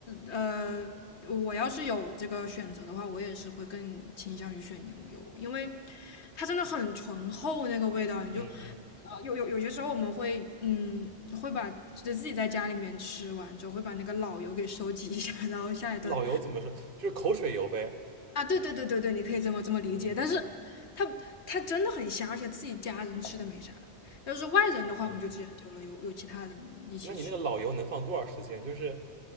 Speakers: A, on the left; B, on the right.
A: 呃，我要是有这个选择的话，我也是会更倾向于选牛油，因为它真的很醇厚那个味道，你就呃，
B: 嗯嗯。
A: 有有有些时候我们会，嗯，会把就自己在家里面吃完之后，会把那个老油给收集一下，<laughs> 然后下一顿
B: 老油怎么说？就是口水油呗。
A: 啊，对对对对对，你可以这么这么理解。
B: 嗯
A: 但是它它真的很香，而且自己家人吃的没啥。要是外人的话，
B: 嗯，
A: 我们就直接丢了，有有其他人一起吃了。
B: 那你那个老油能放多少时间？就是